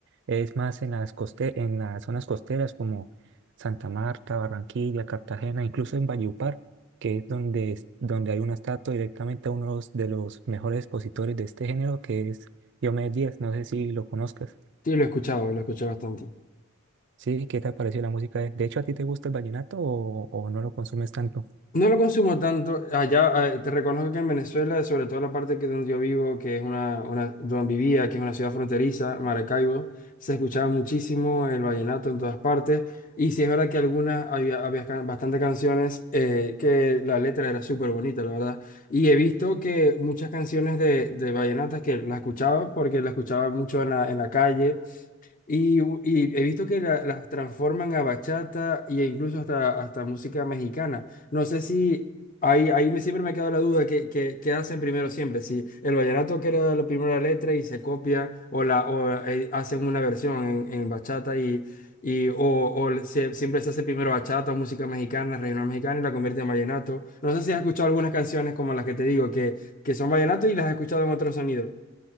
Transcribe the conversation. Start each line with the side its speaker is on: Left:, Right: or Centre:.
Right: es más en las coste- en las zonas costeras como Santa Marta, Barranquilla, Cartagena, incluso en Valledupar, que es donde, es- donde hay una estatua directamente a uno de los mejores expositores de este género, que es Diomedes Díaz, no sé si lo conozcas.
Left: Sí, lo he escuchado, lo escuché bastante.
Right: Sí, ¿qué te ha parecido la música? De de hecho, ¿a ti te gusta el vallenato o, o no lo consumes tanto?
Left: No lo consumo tanto. Allá, eh, te reconozco que en Venezuela, sobre todo la parte que donde yo vivo, que es una, una, donde vivía, que es una ciudad fronteriza, Maracaibo, se escuchaba muchísimo el vallenato en todas partes. Y sí es verdad que algunas, había, había can- bastante canciones eh, que la letra era súper bonita, la verdad. Y he visto que muchas canciones de, de vallenatas que las escuchaba, porque las escuchaba mucho en la, en la calle. Y, u- y he visto que la- las transforman a bachata e incluso hasta, hasta música mexicana. No sé si ahí, ahí me- siempre me ha quedado la duda que, que, que hacen primero siempre. Si el vallenato queda la primera letra y se copia o, la, o eh, hacen una versión en, en bachata y, y o, o se- siempre se hace primero bachata o música mexicana, regional mexicana y la convierte en vallenato. No sé si has escuchado algunas canciones como las que te digo que, que son vallenato y las has escuchado en otros sonidos.